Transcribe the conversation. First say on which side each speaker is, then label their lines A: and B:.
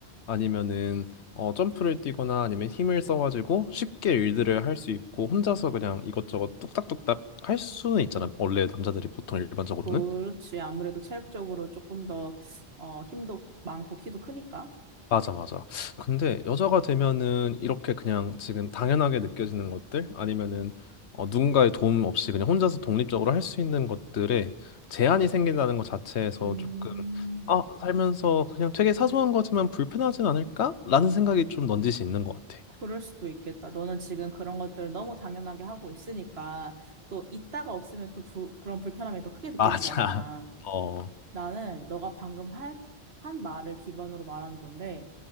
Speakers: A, on the left (about 85°); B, on the right (about 70°).
A: 아니면은 어 점프를 뛰거나 아니면 힘을 써가지고 쉽게 일들을 할 수 있고 혼자서 그냥 이것저것 뚝딱뚝딱 할 수는 있잖아. 원래 남자들이 보통 일반적으로는.
B: 그렇지. 아무래도 체력적으로 조금 더, 어, 힘도 많고 키도 크니까.
A: 맞아, 맞아. 근데 여자가 되면은 이렇게 그냥 지금 당연하게 느껴지는 것들 아니면은 어, 누군가의 도움 없이 그냥 혼자서 독립적으로 할 수 있는 것들에 제한이 생긴다는 것 자체에서
B: 음,
A: 조금 아, 살면서 그냥 되게 사소한 거지만 불편하진 않을까? 라는 생각이 좀 넌지시 있는 것 같아.
B: 그럴 수도 있겠다. 너는 지금 그런 것들을 너무 당연하게 하고 있으니까 또 있다가 없으면 또 불- 그런 불편함이 더 크게 느껴지잖아.
A: 맞아. <laughs> 어,
B: 나는 너가 방금 할- 한 말을 기반으로 말하는 건데,